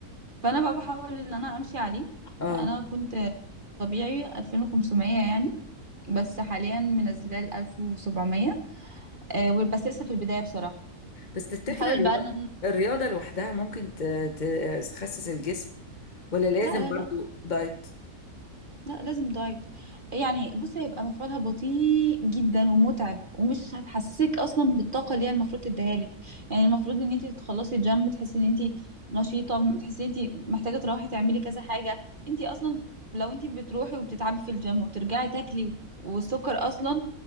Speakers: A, on the right; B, on the left.
A: فانا بقى بحاول ان انا امشي عليه
B: اه
A: فانا كنت طبيعي 2500 يعني بس حاليا منزلاه ل 1700 آه، بس لسه في البدايه بصراحه
B: بس تفتكر
A: بحاول
B: الرياضة
A: بقى ان
B: الرياضة لوحدها ممكن ت- ت- تخسس الجسم ولا لازم
A: لا لا
B: برضو
A: لا
B: دايت
A: لا لازم دايت يعني بص هيبقى مفعولها بطيء جدا ومتعب ومش هتحسسك اصلا بالطاقه اللي هي المفروض تديها لك يعني المفروض ان انت تخلصي جيم تحسي ان انت نشيطه تحسي ان انت محتاجه تروحي تعملي كذا حاجه انت اصلا لو انت بتروحي وبتتعبي في الجيم وترجعي تاكلي وت- والسكر اصلا